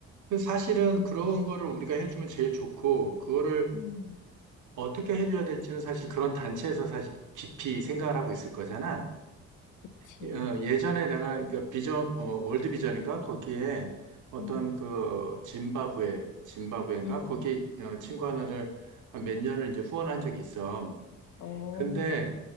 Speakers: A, on the right (about 80°); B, on the left (about 80°).
A: 그 사실은 그런 거를 우리가 해주면 제일 좋고, 그거를
B: 음.
A: 어떻게 해줘야 될지는 사실 그런 단체에서 사실 깊이 생각을 하고 있을 거잖아.
B: 그치.
A: 예, 어, 예전에 내가 그 비전 어, 월드 비전인가 거기에 어떤
B: 음.
A: 그 짐바브웨 짐바브웨인가
B: 음.
A: 거기
B: 음.
A: 어, 친구 하나를 한 몇 년을 이제 후원한 적이 있어.
B: 어,
A: 근데